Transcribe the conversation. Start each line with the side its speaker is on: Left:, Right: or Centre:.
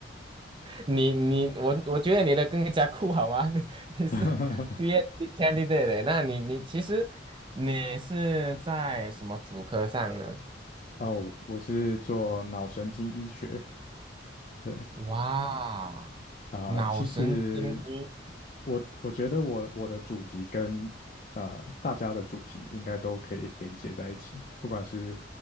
Right: 你你我我觉得你的更加酷好吗？<laughs> 你你是
Left: <laughs>
Right: PhD candidate，那你你其实你是在什么主科上呢？
Left: 哦，我是做脑神经医学。对
Right: 哇，
Left: 啊、
Right: 脑神经医
Left: 其实我我觉得我我的主题跟呃大家的主题应该都可以连接在一起，不管是